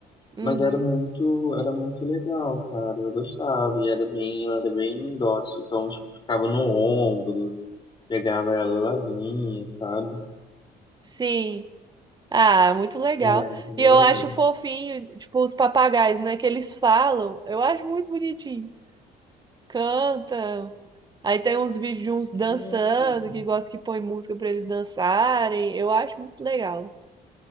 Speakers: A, on the right; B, on the left.
A: Uhum.
B: mas era muito, era muito legal, cara, eu gostava, e era bem, ela era bem dócil, então, tipo, ficava no ombro, pegava ela, ela vinha, sabe?
A: Sim. Ah, muito legal.
B: Era, era bem legalzinho.
A: E eu acho fofinho, tipo, os papagaios, né, que eles falam. Eu acho muito bonitinho. Cantam. Aí tem uns vídeos de uns dançando,
B: É, cara.
A: que gosta que põe música pra eles dançarem. Eu acho muito legal.